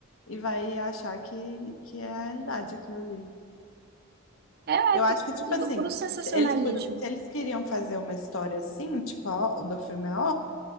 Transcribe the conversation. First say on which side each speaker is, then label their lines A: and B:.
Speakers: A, on the left; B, on the right.
A: e vai achar que, que é a realidade aquilo ali.
B: É, é
A: Eu
B: tudo,
A: acho que, tipo
B: tudo
A: assim,
B: puro sensacionalismo.
A: se eles, pod- se eles queriam fazer uma história assim, tipo a- o do filme A